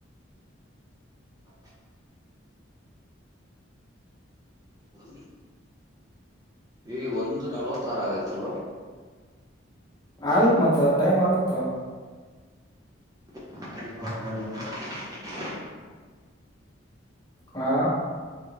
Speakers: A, on the right; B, on the left.
A: ಹ ಒ ಈ ಒಂದು ನಲವತ್ತ ಆರುಆಗೈತಲ್ಲ
B: ಆಗತ್ ಮತ್ತ ಟೈಮ್ ಆಗುತ್ತೋ
A: ಹಾವ ಅ
B: ಹಾ